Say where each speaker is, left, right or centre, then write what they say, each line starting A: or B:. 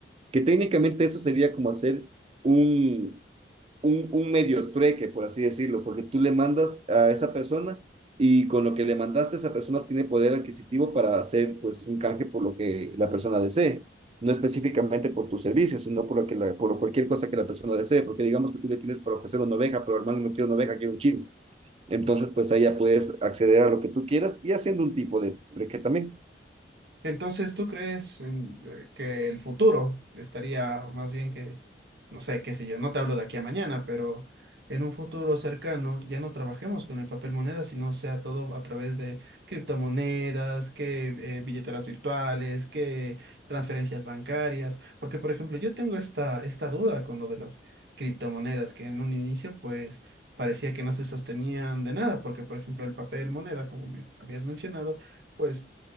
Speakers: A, on the right; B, on the right.
A: que técnicamente eso sería como hacer un, un, un medio trueque, por así decirlo, porque tú le mandas a esa persona y con lo que le mandaste, esa persona tiene poder adquisitivo para hacer pues un canje por lo que la persona desee, no específicamente por tu servicio, sino por, lo que la, por cualquier cosa que la persona desee, porque digamos que tú le tienes para ofrecer una oveja, pero hermano no quiero una oveja, quiero un chivo. Entonces, pues ahí ya puedes acceder a lo que tú quieras y haciendo un tipo de trueque también.
B: Entonces, ¿tú crees en, eh, que el futuro estaría más bien que, no sé, qué sé yo, no te hablo de aquí a mañana, pero en un futuro cercano ya no trabajemos con el papel moneda, sino sea todo a través de criptomonedas, que eh, billeteras virtuales, que transferencias bancarias? Porque, por ejemplo, yo tengo esta, esta duda con lo de las criptomonedas, que en un inicio, pues, parecía que no se sostenían de nada, porque, por ejemplo, el papel moneda, como me habías mencionado, pues